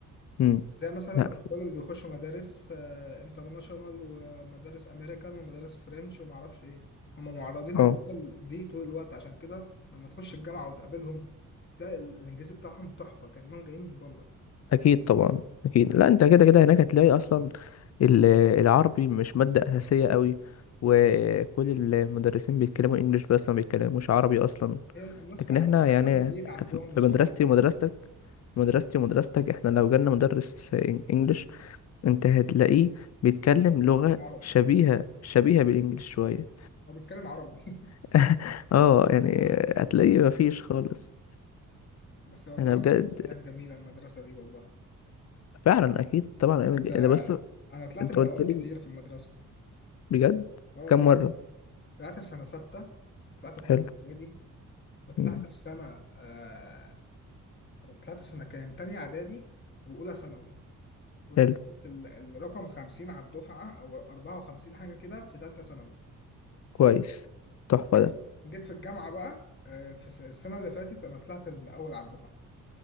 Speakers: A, on the left (about 50°); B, on the left (about 35°).
A: امم
B: زي مثلا
A: لا
B: الأطفال اللي بيخشوا مدارس آه، انترناشونال ومدارس أمريكان ومدارس فرنش ومعرفش إيه هم معرضين
A: اه
B: لللغة دي طول الوقت عشان كده لما تخش الجامعة وتقابلهم تلاقي الإنجليزي بتاعهم تحفة كأنهم جايين من بره أنت
A: اكيد
B: فاهم؟
A: طبعا اكيد
B: آه
A: لا انت كده كده هناك هتلاقي اصلا ال- العربي مش مادة اساسية قوي وكل المدرسين بيتكلموا انجليش بس ما بيتكلموش عربي
B: آه،
A: اصلا
B: هي الناس
A: لكن
B: معرضة
A: احنا
B: حتى
A: يعني
B: في البيت عندهم
A: في
B: وأصحابهم
A: مدرستي ومدرستك مدرستي ومدرستك احنا لو جالنا مدرس انجليش انت هتلاقيه بيتكلم لغة
B: عربي
A: شبيهة شبيهة بالانجليش شوية
B: هو بيتكلم عربي <laughs>
A: <laughs> اه يعني هتلاقيه مفيش خالص
B: بس والله
A: انا
B: العظيم
A: بجد
B: كانت أيام جميلة المدرسة دي والله
A: فعلا اكيد طبعا أيام
B: كنت-
A: الج-
B: آه،
A: ده بس
B: أنا طلعت
A: انت
B: من
A: قلت
B: الأوائل
A: لي
B: كتير في المدرسة
A: بجد
B: أه
A: كم
B: طلعت
A: مرة
B: طلعت في سنة ستة طلعت في
A: حلو
B: تالتة إعدادي وطلعت
A: مم.
B: في سنة آه... طلعت في سنة كام تانية إعدادي وأولى ثانوي وطلعت
A: حلو
B: ال- الرقم 50 على الدفعة أو 54 حاجة كده في تالتة ثانوي
A: كويس تحفة
B: جيت
A: ده
B: في جيت في الجامعة بقى آه... في الس- السنة اللي فاتت أنا طلعت الأول على الدفعة